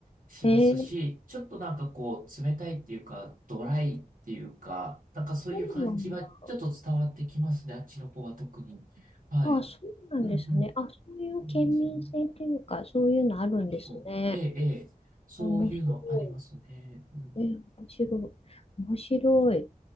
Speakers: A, on the right; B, on the left.
A: しますし、
B: うんえー、
A: ちょっとなんかこう、冷たいっていうか、ドライっていうか、なんかそういう感じはちょっと伝わってきますね。
B: そうなんだ。
A: あっちの方は特に。はい。
B: あ、そうなんですね。
A: うんうん。
B: あ、そういう県民性っていうか、
A: ありますね。
B: そういうのあるんですね。
A: そうそう。ええ、ええ。そういうのありますね。
B: 面白い。
A: うん。
B: えー、面白い。面白い。